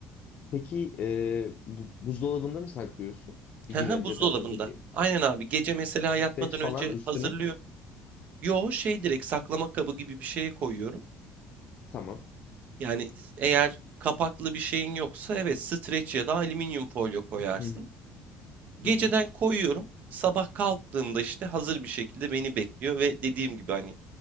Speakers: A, on the left (about 40°); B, on the right (about 45°).
A: Peki e, bu- buzdolabında mı saklıyorsun? Bir
B: <laughs> Haha,
A: gün önceden
B: Buzdolabında.
A: hazırlayıp.
B: Aynen abi gece mesela yatmadan
A: Seç falan
B: önce
A: üstüne.
B: hazırlıyorum. Yo şey direkt saklama kabı gibi bir şeye koyuyorum.
A: Tamam.
B: Yani eğer kapaklı bir şeyin yoksa evet streç ya da alüminyum folyo koyarsın.
A: Hı hı.
B: Geceden
A: Hı hı.
B: koyuyorum. Sabah kalktığımda işte hazır bir şekilde beni bekliyor ve dediğim gibi hani